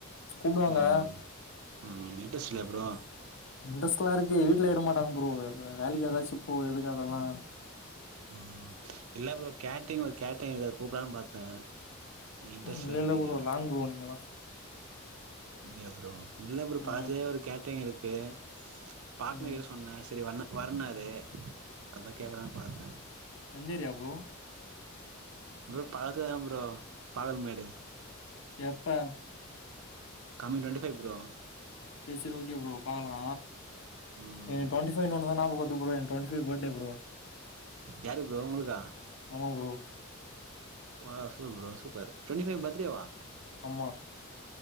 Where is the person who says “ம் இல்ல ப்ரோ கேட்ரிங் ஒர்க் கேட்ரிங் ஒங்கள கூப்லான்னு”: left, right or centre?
Right